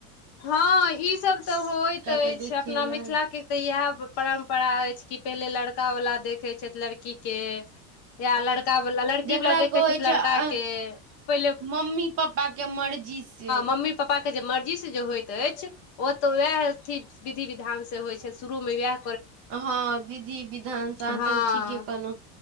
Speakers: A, on the left (about 40°); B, on the right (about 35°).
A: हँ ईसभ तऽ होइत अछि
B: के देखे
A: अपना मिथिला
B: ले
A: के तऽ इह परम्परा अछि कि पहिले लड़का वालला देखे छै लड़की के या ल तब लड़की
B: जकरा
A: वाल देखै
B: कहै
A: छै लड़का
B: अ,
A: के पहिले
B: मम्मी पापा के मर्जी से
A: मम्मी पप्पा के जे मर्जी से जे होयइत अछि ओ तऽ वएह अथी विधि विधान से होइ छै शुरू मे वएह
B: हँ विधि विधान च
A: हँ
B: तऽ ठीके कहेलहुँ